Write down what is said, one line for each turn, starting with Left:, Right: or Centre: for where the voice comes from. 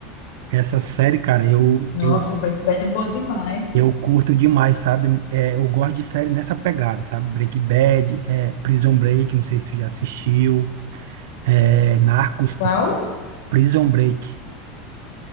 Right: Essa série, cara, eu,
Left: Nossa,
Right: eu
Left: Breaking Bad é boa demais.
Right: Eu curto demais, sabe? É, eu gosto de série nessa pegada, sabe? Breaking Bad, é, Prison Break, não sei se tu já assistiu, é, Narcos,
Left: Qual?
Right: tá- Prison Break,